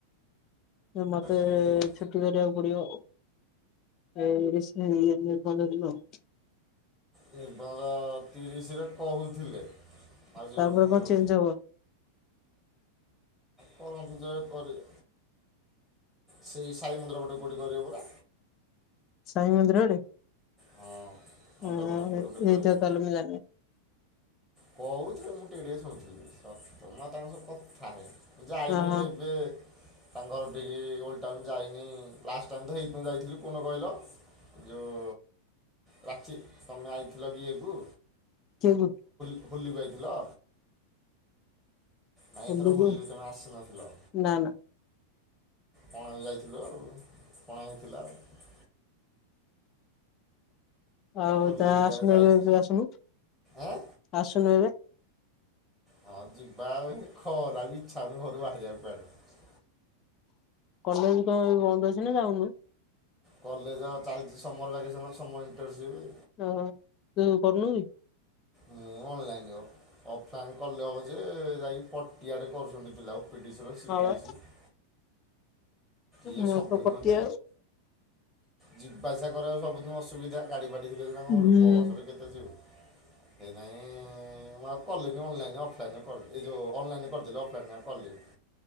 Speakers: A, on the left (about 35°); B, in the centre.
A: ମତେ
B: କେମିତି
A: ଏ
B: ଯିବୁ
A: ଛୁଟି କରିବାକୁ ପଡିବ ଆଉ। ଏଇ ରିସ ନେ ୟେ କଣ। <unintelligible>
B: ନିର୍ବନ୍ଧ ତିରିଶ ରେ କହୁଥିଲେ ଆଜି
A: ତାପରେ
B: ତ ପୁଣି
A: କଣ ଚେଞ୍ଜ ହବ
B: କରନ୍ତୁ ଯାହା କରିଏ। ସେଇ ସାଇ ମନ୍ଦିର ଗୋଟେ କଉଠି କରିବ ପରା?
A: ସାଇ ମନ୍ଦିର ଆଡେ?
B: ହଁ ମଣ୍ଡପନା
A: ହୁଁ
B: କୋଉଠି
A: ଏ ଏଇଟା
B: ଗୋଟେ କରିବେ।
A: ତାହଲେ ମୁ ଜାଣିନି।
B: କହୁଥିଲେ ମୁଁ ଟିକେ ଟିକେ ଶୁଣିଥିଲି ସତ ମୁଁ ଆଉ ତାଙ୍କ ସବୁ କଥା ହେଇନି। ଯାଇନି
A: ହଁ
B: ହରି ଏବେ ତାଙ୍କର ଘର ଟିକି ଓଲ୍ଡ ଟାଉନ୍ ଯାଇନି ଲାଷ୍ଟ ଟାଇ ତ ହେଇ ଦିନ ଯାଇଥିଲି କଉ ଦିନ କହିଲ?
A: <inaudible>
B: ଯୋଉ ରାକ୍ଷୀ ତମେ ଆଇଥିଲ ଇଏକୁୁ?
A: <unintelligible>
B: ହୋଲିକୁ ଆଇଥିଲ? ନାଇଁ
A: ବୁଲିକୁ
B: ଏଥର ହୋଲି ବି ତମେ ଆସନଥିଲ?
A: ନା ନା
B: ପଣା ବି ଯାଇଥିଲୁ ଆଉ ପଣା ହେଇଥିଲା ଆଉ।
A: ଆଉ
B: ହୋଲିରେ
A: ତା ଆସୁନ
B: ଯାହା ଯାଇଛି।
A: ଏବେ ବେ ଆସୁନୁ
B: ଆଁ
A: ଆସୁନୁ ଏବେ?
B: ହଁ ଯିବା ଆଉ ଖରା କୁ ଇଛା ହଉନି ଘରୁ ବାହାରିବାକୁ କୁଆଡ଼େ?
A: କଲେଜ କଣ ଏ ବନ୍ଦ ଅଛି ନା ଯାଉନୁ?
B: କଲେଜ ଚାଲିଚି ସମର ଭେକେସନ ସମର ଇଣ୍ଟନସିପ।
A: ଅ ହ ତୁ କରନୁ କି?
B: ମୁଁ ଅନଲାଇନ୍ ଅଫଲାଇନ୍ କଲେ ହବ ଯେ ଯାଇକି ପଟିଆଡେ କରୁଛନ୍ତି ପିଲା ପିଟିସର ସିଟି
A: ହଁ ବା
B: <unintelligible> ଇଏ
A: ମୋର
B: ସବୁଦିନ
A: ତ କଟିଆ
B: <unintelligible> ଯିବା ଆସିବା କରିବାକୁ ସବୁଦିନ ଅସୁବିଧା ଗାଡି ଫାଡ଼ି ଥିଲେ ନା କଣ
A: ହୁଁ
B: ବସରେ କେତେ <unintelligible> ସେଇଥିପାଇଁ ମୁଁ ଆଉ କଲିନି ଅନଲାଇନ୍ ଅଫଲାଇନ୍ କରିଦେଲି ଏଉ ଅନଲାଇନ୍ କରିଦେଲି ଅଫଲାଇନ୍ କଲିନି।